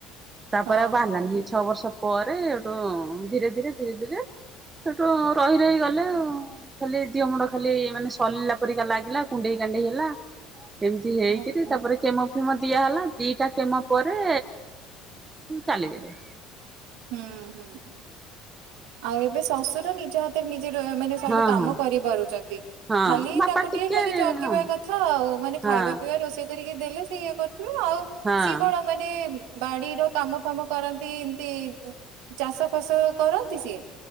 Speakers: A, on the right; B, on the right.
A: ତାପରେ
B: ହଉ
A: ଆଉ ବାହାରିଲାନି
B: ହଉ
A: ସେ ଛଅ ବର୍ଷ ପରେ ଧୀରେ ଧୀରେ ଧୀରେ ଧୀରେ ସେଠୁ ରହି ରହି ଗଲେ ଆଉ। ଖାଲି ଦିଅ ମୁଣ୍ଡ ଖାଲି ମାନେ ସରିଲା ପରିକା ଲାଗିଲା କୁଣ୍ଡେଇ କା ହେଲା ଏମିତି ହେଇକରି
B: ହଉ ହଉ
A: ତାପରେ କେମ ମ ଦିଆହଲା ଦିଟା କେମ ପରେ ଚାଲିଗଲେ।
B: ହୁଁ ହୁଁ ହୁଁ ଆଉ ଏବେ ଶ୍ୱଶୁର ନିଜ ହାତ ନିଜେ ମାନେ ସବୁ
A: ହଁ
B: କାମ
A: ହଁ
B: କରିପାରୁଚନ୍ତି।
A: ହଁ
B: ଖାଲି
A: ବାପା
B: ତାଙ୍କୁ ଟିକେ ଖାଲି ଜଗିବା
A: ହଁ
B: କଥା ଆଉ ମାନେ
A: ହଁ
B: ଖାଇବା ପିଇବା ରୋଷେଇ କରିକି ଦେଲେ ସି ଇଏ କରୁଥିବ ଆଉ
A: ହଁ
B: ସିଏ କଣ ମାନେ ବାଡିର କାମ ଫାମ କରନ୍ତି ଏମତି ଚାଷ ଫାସ କରନ୍ତି ସିଏ?